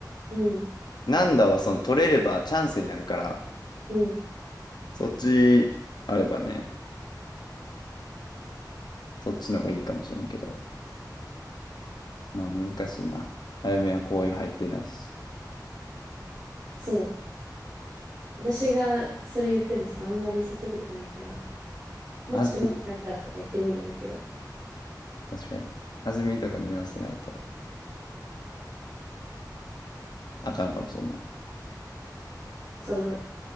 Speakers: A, on the right (about 50°); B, on the left (about 70°).
A: うん、
B: 軟打はその取れればチャンスになるから、
A: うん、
B: そっちあればね、そっちの方がいいかもしれんけど。まあ、難しいな。早めは公園入ってないし。
A: <laughs> そう。私がそれ言ってもさ、あんまり説得力ないから、もうちょっと前だったらとか言ってみるんだけど、
B: あずみ、確かに。あずみとかに言わせないとあかんかもしれんな。
A: その